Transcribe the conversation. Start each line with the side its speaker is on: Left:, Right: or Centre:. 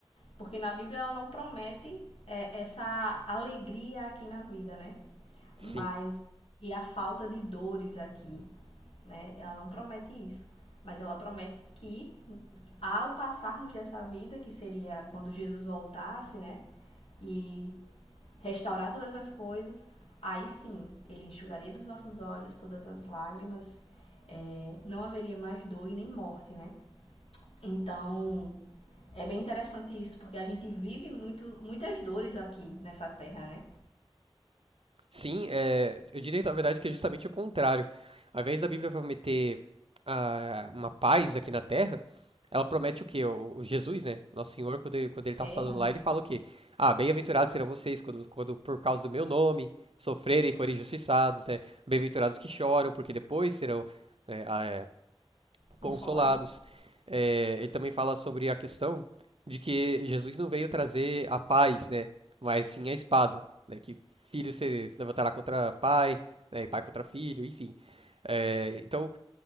Left: Porque na Bíblia ela não promete é, essa alegria aqui na vida, né? Mas
Right: Sim.
Left: e a falta de dores aqui, né? Ela não promete isso, mas ela promete que ao passarmos dessa vida, que seria quando Jesus voltasse, né? E restaurar todas as coisas, aí sim, ele enxugaria dos nossos olhos todas as lágrimas, é, não haveria mais dor e nem morte, né? Então, é bem interessante isso, porque a gente vive muito, muitas dores aqui nessa terra, né?
Right: Sim, é, eu diria, na verdade, que é justamente o contrário. Ao invés da Bíblia prometer ah, uma paz aqui na Terra, ela promete o quê? O, o Jesus, né? Nosso Senhor, quando ele, quando ele tá
Left: Guerra,
Right: falando
Left: né?
Right: lá, ele fala o quê? Ah, bem-aventurados serão vocês quando, quando por causa do meu nome sofrerem e forem injustiçados, né? Bem-aventurados que choram, porque depois serão, né, ah, é,
Left: Consolados.
Right: consolados. É, ele também fala sobre a questão de que Jesus não veio trazer a paz, né? Mas sim a espada, né? Que filho se levantará contra pai, né? E pai contra filho, enfim. É, então,